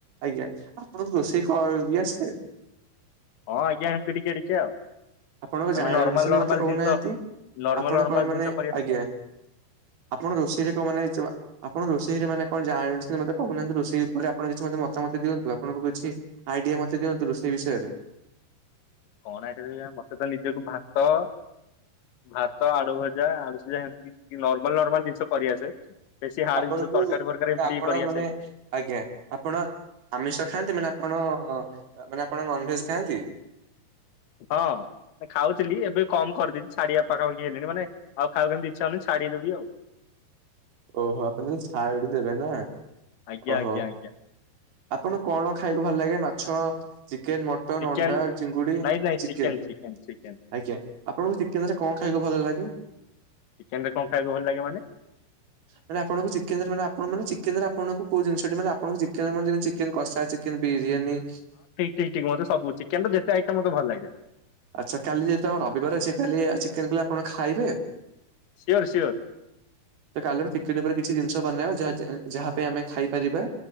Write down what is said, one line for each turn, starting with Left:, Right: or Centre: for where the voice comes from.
Right: ଆଜ୍ଞା ଆପଣଙ୍କୁ ରୋଷେଇ କରି ଆସେ?
Left: ହଁ ଆଜ୍ଞାିି ହେମିତି ଟିକେ ଟିକେ ଆଉ।
Right: ଆପଣଙ୍କ
Left: ମାନେ
Right: ଜାଣିଚ
Left: ନର୍ମାଲ
Right: ମତେ
Left: ନର୍ମାଲ
Right: କହୁନାହାନ୍ତି
Left: ଜିନିଷ ନର୍ମାଲ
Right: ଆପଣ
Left: ନର୍ମାଲ
Right: କଣ ମାନେ
Left: ଜିନିଷ କରି ଆସେ
Right: ଆଜ୍ଞା।
Left: ଆଉ
Right: ଆପଣ ରୋଷେଇରେ କ ମାନେ ଯମା ଆପଣ ରୋଷେଇରେ ମାନେ କଣ ଜାଛନ୍ତି ମତେ କହୁନାହାନ୍ତି ରୋଷେଇ ଉପରେ ଆପଣ କିଛି ମତାମତି ଦିଅନ୍ତୁ ଆପଣଙ୍କୁ କିଛି ଆଇଡିଆ ମତେ ଦିଅନ୍ତୁ ରୋସେଇ ବିଷୟରେ?
Left: କଣ ଆଇଡିଆ ମତେ ତ ନିଜକୁ ଭାତ ଭାତ ଆଳୁ ଭଜା ଆଳୁସିଜା ହେମିତି ନର୍ମାଲ ନର୍ମାଲ ଜିନିଷ କରିଆସେ। ବେଶୀ ହାର୍ଡ
Right: ଆପଣଙ୍କୁ
Left: ଜିନିଷ ତରକାରୀ
Right: ମାନେ
Left: ଫରକାରୀ ଏମିତି
Right: ଆପଣ
Left: ଟିକେ କରିଆସେନି।
Right: ମାନେ ଆଜ୍ଞା। ଆପଣ ଆମିଷ ଖାଆନ୍ତି ମାନେ ଆପଣ ମାନେ ଆପଣ ନନଭେଜ୍ ଖାଆନ୍ତି?
Left: ହଁ। ଖାଉଥିଲି ଏବେ କମ କରିଦଥିଲ ଛଡିବା ପାଖାପାଖି ହେଲିଣି ମାନେ ଆଉ ଖାଉକୁ ଯେମିତି ଇଛ ହଉନି ଛାଡିଦେବି ଆଉ।
Right: ଓହୋ ଆପଣ ଯ ଛାଡି ଦେବେ ନା
Left: ଆଜ୍ଞା
Right: ଓହୋ।
Left: ଆଜ୍ଞା ଆଜ୍ଞା
Right: ଆପଣଙ୍କୁ କଣ ଖାଇଲୁ ଭଲ ଲାଗେ ମାଛ ଚିକେନ ମଟ ମଟନ
Left: ଚିକେନ
Right: ଅଣ୍ଡା ଚିଙ୍ଗୁଡି
Left: ନାଇଁ ନାଇଁ
Right: ଚିକେନ୍।
Left: ଚିକେନ ଚିକେନ ଚିକେନ
Right: ଆଜ୍ଞା ଆପଣଙ୍କୁ ଚିକେନ୍ ରେ କଣ ଖାଇବାକୁ ଭଲ ଲାଗେ?
Left: ଚିକେନ୍ ରେକଣ ଖାଇବାକୁ ଭଲ ଲାଗେ ମାନେ?
Right: ମାନେ ଆପଣଙ୍କୁ ଚିକେନେରେ ମେ ଚିକେନରେ ଆପଣ କଉ ଜିନିଷଟି ମାନେ ଆପଣଙ୍କୁ ଦେଖନ୍ତୁମ ଦିନେ ଚିକେନ କଷା ଚିକେନ ବିରିୟାନୀ
Left: ଠିକ୍ ଠିକ୍ ମତେ ସବୁ ଚିକେନ ର ଯେତେ ଆଇଟମ୍ ମତେ ଭଲ ଲାଗେ।
Right: ଆଚ୍ଛା କାଲି ଜେ ତମ ରବିବାର ଅଛି କାଲି ଆ ଚିକେନ କଲେ ଆପଣ ଖାଇବେ?
Left: Sure sure.
Right: ତ କାଲି ଆମେ ଚିକେନ ଉପରେ କିଛି ଜିନିଷ ବନେଇବା ଯହା ଯା ଯାହା ପାଇଁ ଆମେ ଖାଇପାରିବା।